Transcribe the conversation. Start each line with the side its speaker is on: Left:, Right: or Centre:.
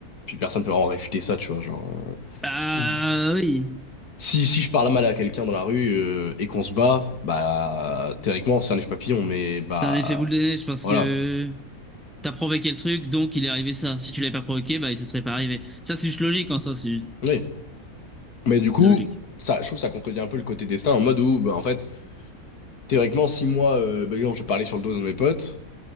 Left: Puis personne peut en réfuter ça, tu vois. Genre, euh,
Centre: Ah
Left: si,
Centre: oui,
Left: si, si je parle mal à quelqu'un dans la rue euh, et qu'on se bat, bah théoriquement, c'est un neige papillon, mais bah
Centre: c'est un effet boule de neige parce
Left: voilà.
Centre: que. T'as provoqué le truc, donc il est arrivé ça. Si tu l'avais pas provoqué, bah, il se serait pas arrivé. Ça, c'est juste logique en soi, c'est juste
Left: Oui. Mais du coup,
Centre: la logique.
Left: ça, je trouve que ça contredit un peu le côté destin en mode où, bah, en fait, Théoriquement, si moi, euh, par exemple, je parlais sur le dos d'un de mes potes,